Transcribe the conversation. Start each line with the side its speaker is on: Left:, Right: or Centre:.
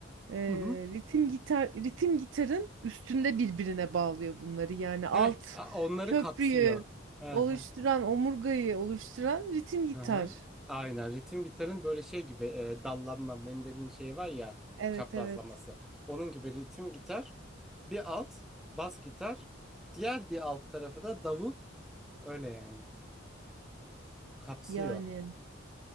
Right: Ee,
Centre: Hı hı.
Right: ritim gitar ritim gitarın üstünde birbirine bağlıyor bunları. Yani alt
Centre: Heh, a- onları
Right: köprüyü
Centre: kapsıyor. <laughs>
Right: oluşturan, omurgayı oluşturan ritim gitar.
Centre: Hı hı. Aynen ritim gitarın böyle şey gibi e, dallanma Mendel'in şeyi var ya
Right: Evet
Centre: çaprazlaması.
Right: evet.
Centre: Onun gibi ritim gitar bir alt bas gitar diğer bir alt tarafı da davul öyle yani kapsıyor.
Right: Yani